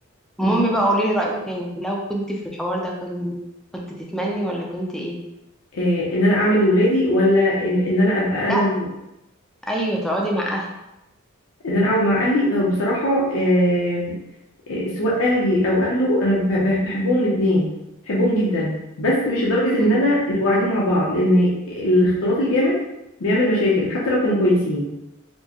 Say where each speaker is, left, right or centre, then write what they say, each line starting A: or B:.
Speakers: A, on the left; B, in the centre.
A: بالظبط
B: المهم بقى قولي لي رايك يعني، انت لو كنت في الحوار ده كنت كنت تتمني ولا كنت ايه
A: إيه ان انا اعمل لاولادي ولا ان ان انا ابقى انا
B: لا
A: ال-
B: ايوه تقعدي مع اهلك
A: ان انا اقعد مع اهلي آه، بصراحه إيه إيه، سواء اهلي او اهله انا ب- ب- بحبهم الاثنين بحبهم جدا بس مش لدرجه ان
B: مم.
A: انا نبقى قاعدين مع بعض لان الاختلاط الجامد بيعمل مشاكل حتى لو كانوا كويسين